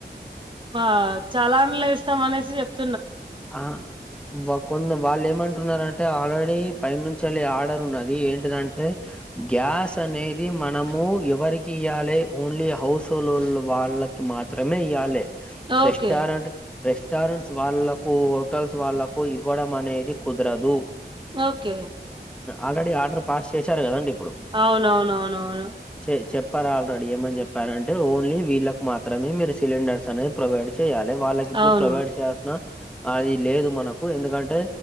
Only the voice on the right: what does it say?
ఆ చలాన్ లు వేస్తాం అనేసి చెప్త
ఓకే
ఓకే
అవునవునవును
అవును